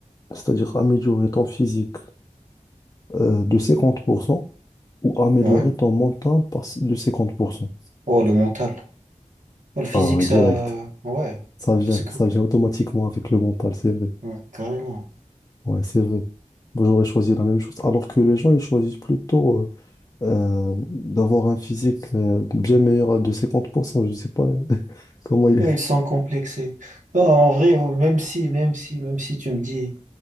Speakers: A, on the left; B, on the right.
A: c'est-à-dire améliorer ton physique euh, de cinquante pour cent ou améliorer
B: Ouais?
A: ton mental par, de cinquante pour cent
B: Oh, le mental. Oh, le physique,
A: Ah oui,
B: ça.
A: direct.
B: Ouais.
A: Ça vient,
B: C'est
A: ça
B: cool.
A: vient automatiquement avec le mental, c'est vrai.
B: Ouais, carrément.
A: Ouais, c'est vrai. Moi, j'aurais choisi la même chose. Alors que les gens, ils choisissent plutôt euh, euh, d'avoir un physique euh, bien meilleur à de cinquante pour cent Je sais pas euh, <laughs> comment il
B: Ouais,
A: est.
B: Ils sont complexés. Non, en vrai, oh, même si, même si, même si tu me dis,